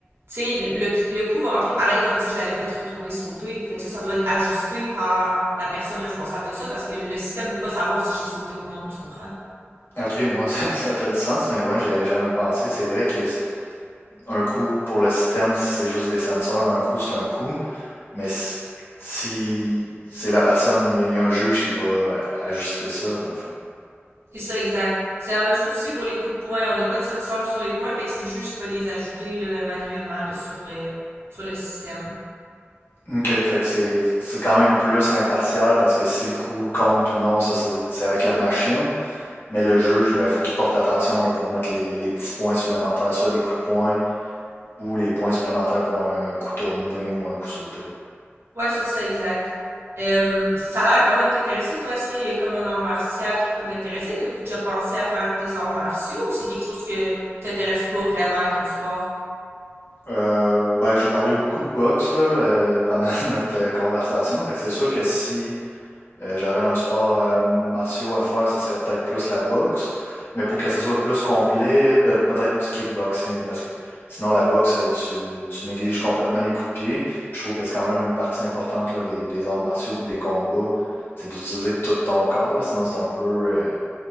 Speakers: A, on the right (about 70°); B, on the left (about 55°).
A: tu sais, le, le coup va rentrer pareil comme si je l'avais fait retourner sauter. Fait que ça, ça doit être ajusté par la personne responsable de ça parce que le système peut pas savoir si j'ai sauté ou non, tu comprends?
B: Ok, ouais, <laughs> ça, ça fait du sens, mais ouais, j'y avais jamais pensé. C'est vrai que c- un coup pour le système, c'est juste des senseurs, un coup c'est un coup. Mais si c'est la personne, il y, a- y a un juge qui va euh, ajuster ça, dans le fond.
A: C'est ça, exact. C'est la même chose aussi pour les coups de poing. On n'a pas de sensor sur les points, fait que c'est le juge qui va les ajouter là, manuellement là, sur, euh, sur le système.
B: OK, fait que c'est c'est quand même plus impartial parce que si le coup compte ou non, ça c'est c'est avec la machine. Mais le juge, ben, faut qu'il porte attention là, pour mettre les, les petits points supplémentaires, soit des coups de poing ou les points supplémentaires pour un coup tourné ou un coup sauté.
A: Ouais, c'est ça, exact. Euh, ça a l'air quand même t'intéresser. Toi, est-ce qu'il y a comme un art martial qui pourrait t'intéresser? T'as-tu déjà pensé à faire des arts martiaux ou c'est quelque chose que t'intéresse pas vraiment comme sport?
B: Euh, ben, j'ai parlé beaucoup de boxe là, euh, pendant <laughs> notre euh, conversation. Fait que c'est sûr que si Euh, j'aurais un sport euh, martiaux à faire, ça serait peut-être plus la boxe. Mais pour que ça soit plus complet, pe- peut-être du kickboxing. Parce que sinon, la boxe, euh, tu, tu négliges complètement les coups de pied. Puis je trouve que c'est quand même une partie importante là, des, des arts martiaux et des combats. C'est d'utiliser tout ton corps. là, sinon, c'est un peu. euh,